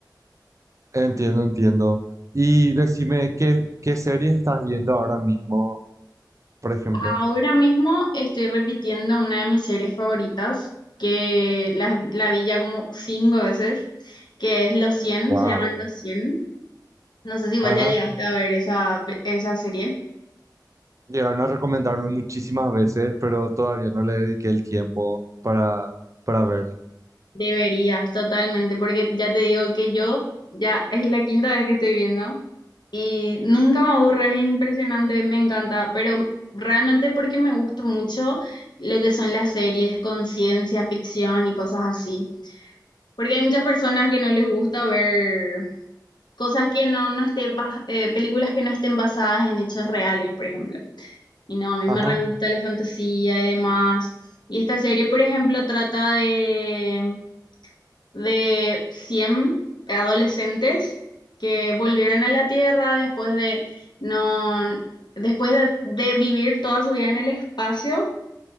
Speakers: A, on the right; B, on the left.
A: entiendo, entiendo. Y decime, ¿qué, qué series estás viendo ahora mismo, por ejemplo?
B: Ahora mismo estoy repitiendo una de mis series favoritas, que la, la vi ya como cinco veces, que es Los cien
A: Wow.
B: se llaman Los cien No sé si vos
A: Ajá.
B: ya llegaste a ver esa, pe- esa serie.
A: Llegaron a recomendarme muchísimas veces, pero todavía no le dediqué el tiempo para, para verlo.
B: Deberías, totalmente, porque ya te digo que yo ya es la quinta vez que estoy viendo y nunca me aburre, es impresionante, me encanta, pero realmente porque me gusta mucho lo que son las series con ciencia ficción y cosas así. Porque hay muchas personas que no les gusta ver cosas que no, no estén, bas- eh, películas que no estén basadas en hechos reales, por ejemplo. Y no, a mí
A: Ajá.
B: me re gusta la fantasía y demás. Y esta serie, por ejemplo, trata de, de 100 adolescentes que volvieron a la Tierra después de, no, después de, de vivir toda su vida en el espacio